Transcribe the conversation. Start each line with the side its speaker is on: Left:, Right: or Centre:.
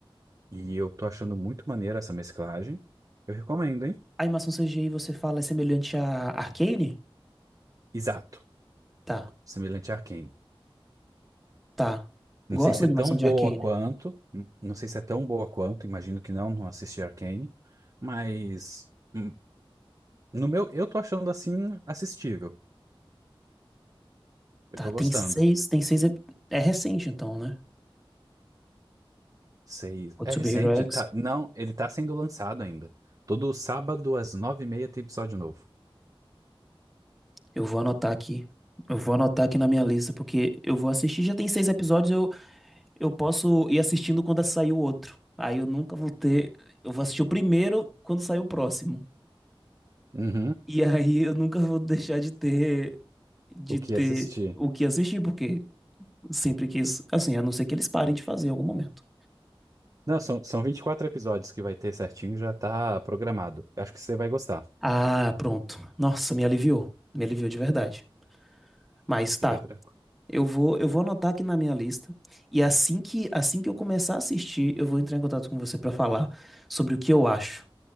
Right: E eu tô achando muito maneira essa mesclagem. Eu recomendo, hein?
Centre: A animação CGI, você fala, é semelhante a Arcane?
Right: Exato.
Centre: Tá.
Right: Semelhante a Arcane.
Centre: Tá.
Right: Não
Centre: Gosto
Right: sei se
Centre: da
Right: é
Centre: animação
Right: tão
Centre: de
Right: boa
Centre: Arcane.
Right: quanto. hum, Não sei se é tão boa quanto, imagino que não, não assisti Arcane. Mas hum, no meu, eu tô achando assim assistível. Eu
Centre: Tá,
Right: tô
Centre: tem
Right: gostando.
Centre: seis, tem seis. ep- É recente então, né?
Right: Seis.
Centre: Kotsubiri
Right: É recente.
Centre: Hero X.
Right: Tá... Não, ele tá sendo lançado ainda. Todo sábado às nove e meia tem episódio novo.
Centre: Eu vou anotar aqui. Eu vou anotar aqui na minha lista, porque eu vou assistir. Já tem seis episódios, eu, eu posso ir assistindo quando sair o outro. Aí eu nunca vou ter. Eu vou assistir o primeiro quando sair o próximo.
Right: Uhum.
Centre: E aí eu nunca vou deixar de ter. De
Right: O que
Centre: ter
Right: assistir?
Centre: o que assistir, porque sempre quis. Assim, a não ser que eles parem de fazer em algum momento.
Right: Não, são, são 24 episódios que vai ter certinho, já tá programado. Acho que você vai gostar.
Centre: Ah, pronto. Nossa, me aliviou. Me aliviou de verdade. Mas tá.
Right: Fica tranquilo.
Centre: Eu vou, eu vou anotar aqui na minha lista e assim que assim que eu começar a assistir, eu vou entrar em contato com você pra falar sobre o que eu acho